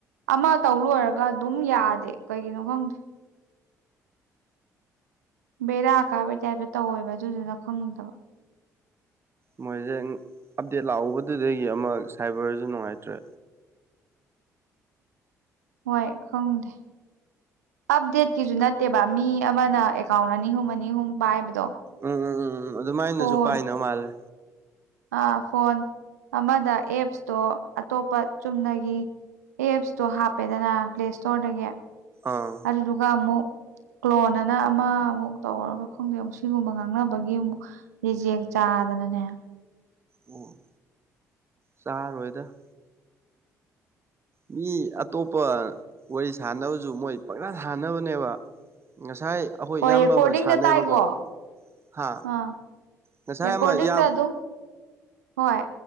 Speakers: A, on the right; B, on the right.
A: ꯑꯃ ꯇꯧ ꯂ‌ꯣꯏꯔꯒ ꯑꯗꯨꯝ ꯌꯥꯗꯦ ꯀꯩꯒꯤꯅꯣ ꯈꯪꯗꯦ ꯕꯦꯔꯥ ꯀꯥꯕꯩ ꯇꯥꯏꯞꯇ ꯇꯧꯋꯦꯕ ꯑꯗꯨꯗꯨꯅ ꯈꯪꯗꯕ
B: ꯃꯣꯏꯖ‌ꯦꯟ ꯑꯞꯗꯦꯠ ꯂꯥꯛꯎꯕꯗꯨꯗꯒꯤ ꯑꯃ ꯁꯥꯏꯕꯔꯁ‌ꯦ ꯅꯨꯡꯉꯥꯏꯇ꯭ꯔꯦ
A: ꯍ‌ꯣꯏ ꯈꯪꯗꯦ ꯑꯞꯗꯦꯠꯀꯤꯁꯨ ꯅꯠꯇꯦꯕ ꯃꯤ ꯑꯃꯅ ꯑꯦꯀꯥꯎꯟ ꯑꯅꯤ ꯑꯍꯨꯝ ꯑꯅꯤ ꯑꯍꯨꯝ ꯄꯥꯏꯕꯗꯣ
B: ꯎꯝ ꯎꯝ ꯎꯝ ꯎꯝ ꯑꯗꯨꯃꯥꯏꯅꯁꯨ
A: ꯐꯣꯟ
B: ꯄꯥꯏꯅ ꯃꯥꯜꯂꯦ
A: ꯑꯥ ꯐꯣꯟ ꯑꯃꯗ ꯑꯦꯞꯁꯇꯣ ꯑꯇꯣꯞꯄ ꯆꯨꯝꯅꯒꯤ ꯑꯦꯞꯁꯇꯣ ꯍꯥꯞꯄꯦꯗꯅ ꯄ꯭ꯂꯦ ꯏꯁꯇꯣꯔꯗꯒꯤ
B: ꯑꯥ
A: ꯑꯗꯨꯗꯨꯒ ꯑꯃꯨꯛ ꯀ꯭ꯂ‌ꯣꯟ ꯑꯅ ꯑꯃꯃꯨꯛ ꯇꯧꯔꯒ ꯈꯪꯗꯦ ꯑꯃꯨꯛ ꯁꯤꯒꯨꯝꯕ ꯉꯥꯡꯅꯕꯒꯤ ꯑꯃꯨꯛ ꯔꯤꯖ‌ꯦꯛ ꯆꯥꯗꯅꯅꯦ
B: ꯑꯣ ꯆꯥꯔꯣꯏꯗ ꯃꯤ ꯑꯇꯣꯞꯄ ꯋꯥꯔꯤ ꯁꯥꯟꯅꯕꯁꯨ ꯃꯣꯏ ꯄꯪꯁꯥ ꯁꯥꯟꯅꯕꯅꯦꯕ ꯉꯁꯥꯏ ꯑꯩꯈꯣꯏ
A: ꯍꯣꯏ
B: ꯏꯌꯥꯝꯕ
A: ꯔꯦꯀꯣꯔꯗꯤꯡꯗ
B: ꯑꯃ ꯁꯥꯟꯅꯩꯕꯀꯣ
A: ꯇꯥꯏꯗꯣ
B: ꯍꯥ
A: ꯑꯥ
B: ꯉꯁꯥꯏ
A: ꯔꯦꯀꯣꯔꯗꯤꯡꯗ
B: ꯑꯃ ꯏꯌꯥꯝ
A: ꯑꯗꯨꯝ ꯍꯣꯏ